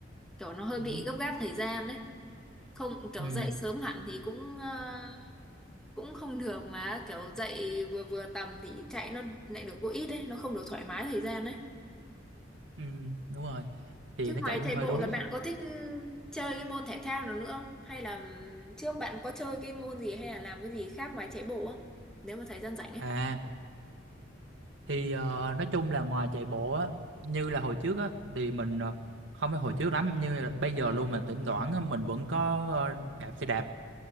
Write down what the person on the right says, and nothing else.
Ừ.
ừ,
ừ đúng rồi thì
nó
chạy cũng
hơi
đuối
à thì ờ, nói chung là ngoài chạy bộ á như là hồi trước á thì mình ờ, không phải hồi trước lắm như là bây giờ luôn mà thỉnh thoảng á, mình vẫn có ờ, đạp xe đạp